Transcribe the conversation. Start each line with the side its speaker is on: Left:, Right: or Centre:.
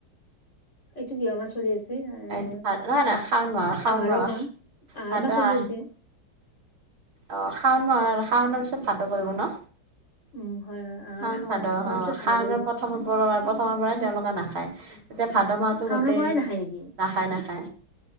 Left: এইটো কিহৰ মাহ চলি আছে? এ
Right: নহয় নহয় শাওণ মাহৰ শাওণ
Left: আহাৰ
Right: মাহৰ
Left: মাহ, আহাৰ
Right: ভাদ
Left: মাহ
Right: আহ
Left: চলি আছে।
Right: অ' শাওন মাহ আৰু শাওনৰ পিছত ভাতো পৰিব ন?
Left: উম, হয়, হয় আহাৰ
Right: শাওন ভাদৰ
Left: শাওনৰ
Right: অ,
Left: পিছত ভাদ
Right: শাওনৰ
Left: পৰিব।
Right: প্ৰথম পৰা প্ৰথমৰ পৰাই তেওঁলোকে নাখায়। এতিয়া ভাদ মাহতো
Left: শাওনৰ
Right: গোতেই
Left: পৰাই নাখায় নেকি?
Right: নাখায় নাখায়।